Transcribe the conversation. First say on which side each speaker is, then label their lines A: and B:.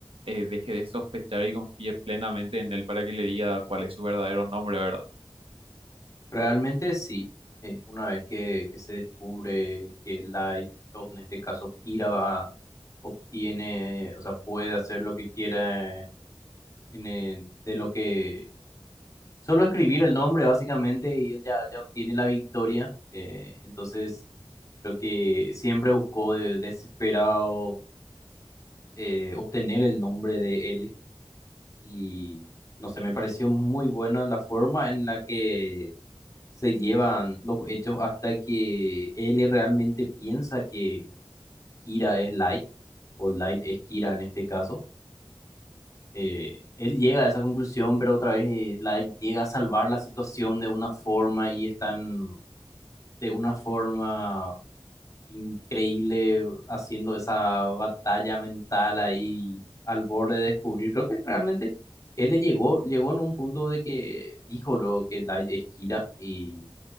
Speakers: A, on the right; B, on the left.
A: eh, deje de sospechar y confíe plenamente en él para que le diga cuál es su verdadero nombre, ¿verdad?
B: Realmente sí, eh, una vez que, que se descubre que Light, o en este caso Kira, va- obtiene, o sea, puede hacer lo que quiera en el- de lo que Solo escribir el nombre básicamente y él ya, ya obtiene la victoria. eh, entonces creo que siempre buscó de- desesperado eh, obtener el nombre de él y no sé, me pareció muy buena la forma en la que se llevan los hechos hasta que él realmente piensa que Kira es Light o Light es Kira en este caso. Eh, él llega a esa conclusión, pero otra vez Light llega a salvar la situación de una forma y están de una forma increíble haciendo esa batalla mental ahí al borde de descubrir. Creo que realmente él le llegó, llegó en un punto de que dijo lo que Light es Kira y